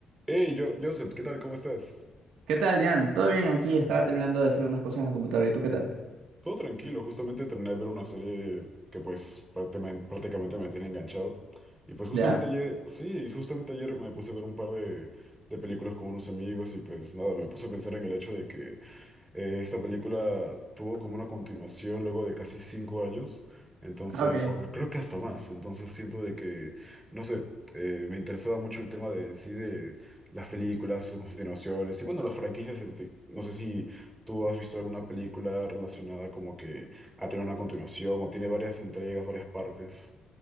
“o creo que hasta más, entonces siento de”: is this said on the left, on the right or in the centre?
Right